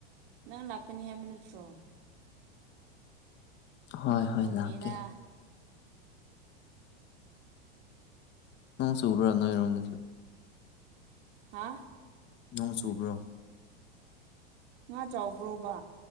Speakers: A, on the right; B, on the left.
A: ꯅꯪ ꯂꯥꯛꯀꯅꯤ ꯍꯥꯏꯕ ꯅꯠꯇ꯭ꯔꯣ
B: ꯍꯣꯏ
A: ꯀꯩꯗꯧꯕꯅꯤꯗ
B: ꯍꯣꯏ ꯂꯥꯛꯀꯦ ꯅꯣꯡ ꯁꯨꯕ꯭ꯔꯥ ꯅꯣꯏ ꯏꯔꯝꯗꯁꯨ
A: ꯍꯥ
B: ꯅꯣꯡ ꯆꯨꯕ꯭ꯔꯣ
A: ꯉꯥ ꯆꯥꯎꯕ꯭ꯔꯣꯕ